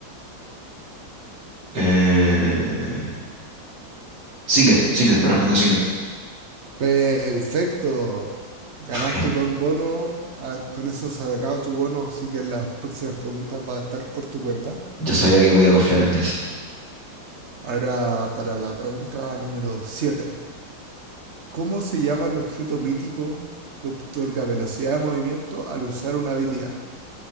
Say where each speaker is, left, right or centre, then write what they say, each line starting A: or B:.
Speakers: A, on the right; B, on the right.
A: eh, Singed, Singed, me respondió Singed.
B: Perfecto. Ganaste
A: <laughs>
B: con bono, ah, con eso se ha acabado tu bono, así que las próximas preguntas va a estar por tu cuenta.
A: ya sabía que podía confiar en él.
B: Ahora para la pregunta número siete ¿Cómo se llama el objeto mítico que otorga velocidad de movimiento al usar una habilidad?